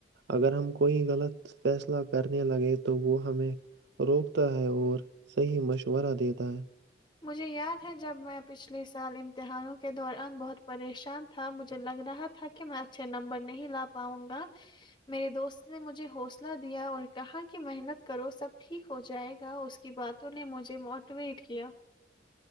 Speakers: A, on the right; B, on the left.
A: اگر ہم کوئی غلط فیصلہ کرنے لگے تو وہ ہمیں روکتا ہے اور صحیح مشورہ دیتا ہے
B: مجھے یاد ہے جب میں پچھلے سال امتحانوں کے دوران بہت پریشان تھا مجھے لگ رہا تھا کہ میں اچھے نمبر نہیں لا پاؤں گا میرے دوست نے مجھے حوصلہ دیا اور کہا کہ محنت کرو سب ٹھیک ہو جائے گا اس کی باتوں نے مجھے موٹیویٹ کیا